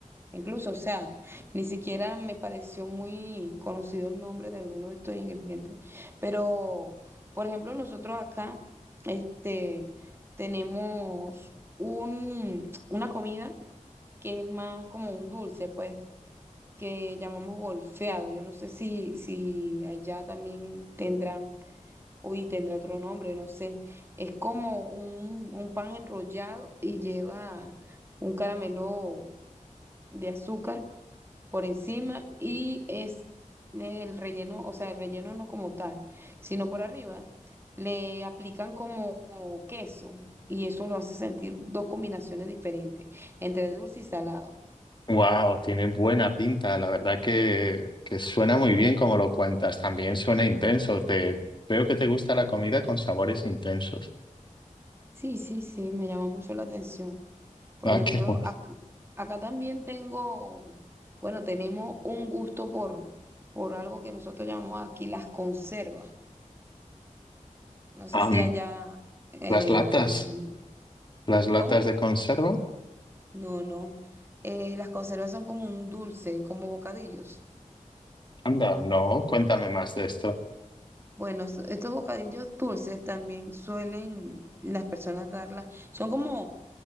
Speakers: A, on the right; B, on the left.
A: Incluso, o sea, ni siquiera me pareció muy conocido el nombre de algunos de estos ingredientes. Pero, por ejemplo, nosotros acá, este, tenemos un, una comida que es más como un dulce, pues, que llamamos golfeado. Yo no sé si, si allá también tendrán, uy, tendrá otro nombre, no sé. Es como un, un pan enrollado y lleva un caramelo de azúcar por encima y es el relleno, o sea, el relleno no como tal, sino por arriba, le aplican como queso y eso lo hace sentir dos combinaciones diferentes entre dulce y salado.
B: Wow, tiene buena pinta, la verdad que, que suena muy bien como lo cuentas, también suena intenso, te, veo que te gusta la comida con sabores intensos.
A: Sí, sí, sí, me llama mucho la atención. Por
B: Ah,
A: ejemplo,
B: qué bueno.
A: ac- acá, también tengo, bueno, tenemos un gusto por, por algo que nosotros llamamos aquí las conservas. No sé
B: Am,
A: si allá eh,
B: las latas.
A: la consumen.
B: ¿Las latas
A: ¿Cómo?
B: de conserva?
A: No, no. Eh, las conservas son como un dulce, como bocadillos.
B: Anda, no, cuéntame más de esto.
A: Bueno, es- estos bocadillos dulces también suelen las personas darlas. Son como,